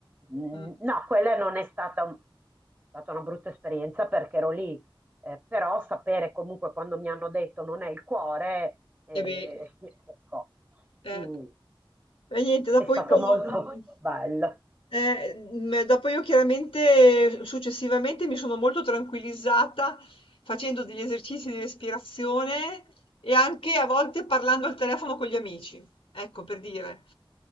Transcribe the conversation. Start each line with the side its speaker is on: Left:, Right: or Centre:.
Right: mh,
Left: Mm.
Right: no, quella non è stata, un- è stata una brutta esperienza perché ero lì, eh, però sapere comunque quando mi hanno detto non è il cuore, eh,
Left: E beh,
Right: <laughs> ecco,
Left: eh.
Right: mm,
Left: E niente, dopo
Right: è stato
Left: io...
Right: molto
Left: mm,
Right: bello.
Left: eh, mm, eh, dopo io chiaramente eh, successivamente mi sono molto tranquillizzata facendo degli esercizi di respirazione e anche a volte parlando al telefono con gli amici, ecco per dire.